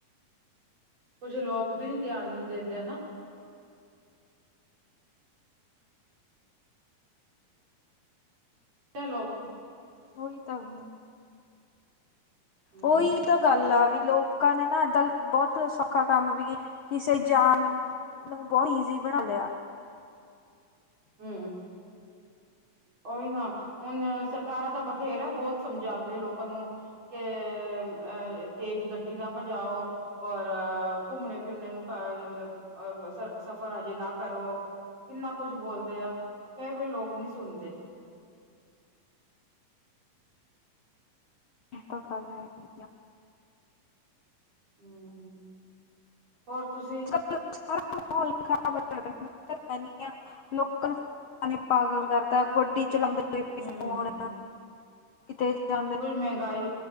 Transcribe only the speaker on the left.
ਹੋਈ ਤਾਂ ਹੋ
ਉਹੀ ਤਾਂ ਗੱਲ ਆ ਵੀ ਲੋਕਾਂ ਨੇ ਨਾ, ਚੱਲ ਬਹੁਤ ਸੌਖਾ ਕੰਮ ਵੀ ਏ, ਕਿਸੇ ਜਾਣ ਬਹੁਤ ਈਜ਼ੀ ਬਣਾ ਲਿਆ
ਤਾਂ ਗੱਲ ਹੈਗੀ
ਅੱਛਾ, ਮਾਹੌਲ ਖਰਾਬ ਕਹਦੀ ਆ ਲੋਕਾਂ ਨੂੰ ਪਾਗਲ ਕਰਤਾ, ਗੱਡੀ ਚਲਾਉਂਦੇ ਹੋਏ
ਫੋਨ ਕਿਤੇ ਜਾ